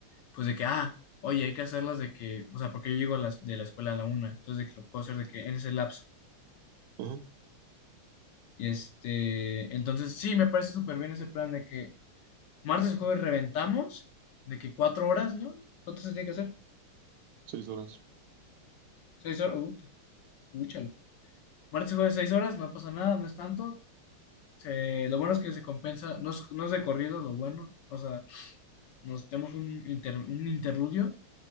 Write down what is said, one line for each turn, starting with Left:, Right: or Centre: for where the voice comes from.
Left: pues de que, ah, oye, hay que hacerlas de que, o sea, porque yo llego a las, de la escuela a la una, entonces de que lo puedo hacer de que en ese lapso.
Right: ajá,
Left: Y este, entonces sí, me parece súper bien ese plan de que martes y jueves reventamos, de que cuatro horas, ¿no? ¿Cuánto se tiene que hacer?
Right: seis horas,
Left: Seis horas, uh, úchala. Martes y jueves seis horas, no pasa nada, no es tanto. Se- lo bueno es que se compensa, no es, no es de corrido, lo bueno, o sea, nos tenemos un, inter- un interludio